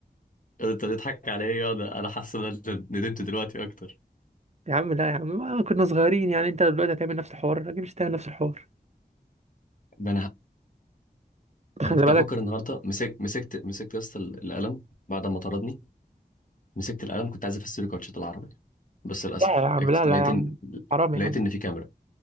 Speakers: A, on the left; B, on the right.
A: انت بتضحك عليا انا انا حاسس ان انا ندمت دلوقتي اكتر
B: يا عم لا يا عم ما كنا صغيرين يعني انت دلوقتي هتعمل نفس الحوار الراجل مش هتعمل نفس الحوار
A: ده انا
B: خلي
A: انا كنت
B: بالك
A: افكر النهارده مسك... مسكت مسكت يا اسطى القلم بعد ما طردني مسكت القلم كنت عايز افسر كوتشات العربي بس للاسف
B: لا يا عم
A: اكت-
B: لا لا
A: لقيت
B: يا عم
A: ان
B: حرام يا
A: لقيت
B: عم
A: ان في كاميرا